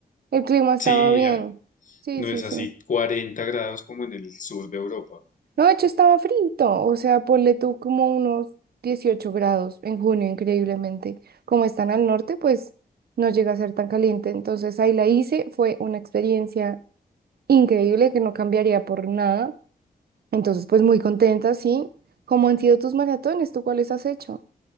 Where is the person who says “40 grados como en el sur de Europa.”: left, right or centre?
Left